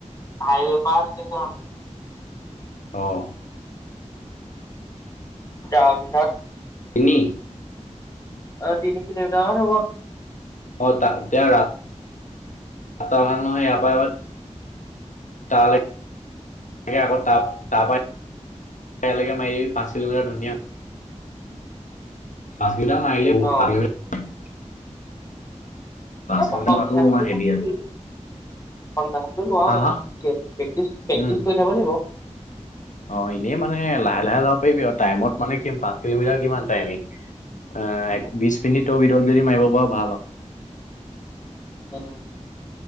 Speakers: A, on the left; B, on the left.
A: হাইৱে পৰা ষ্টেচন
B: অঁ।
A: তাৰ পিছত
B: তিনি
A: অ তিনি কিলোমিটাৰ মান হব।
B: অ, তা, তে, ৰা, ৰাস্তা ভাল নহয় ইয়াৰ পৰা এবাৰ তালৈ আকৌ ত তাৰপ <unintelligible> মাৰি পাঁচ কিলোমিটাৰ ধুনীয়া ম আহিল
A: অ
B: ভাল <unintelligible>
A: ন
B: কিলোমিটাৰ
A: প্ৰথম
B: মৰাটো
A: দিনা প্ৰথম
B: হেভি
A: <unintelligible> লোৱে,
B: হা, হা?
A: প্ৰেক্টিচ-প্ৰেক্টিচ
B: উম।
A: কৰি থাব লাগিব।
B: অ এনেই মানে লাহে-লাহে যাব পাৰিবি আৰু টাইমত মানে কি পাঁচ কিলোমিটাৰ কিমান টাইমিং। আহ বিশ মিনিটৰ ভিতৰত যদি মাৰিব পাৰো ভাল
A: <inaudible> উ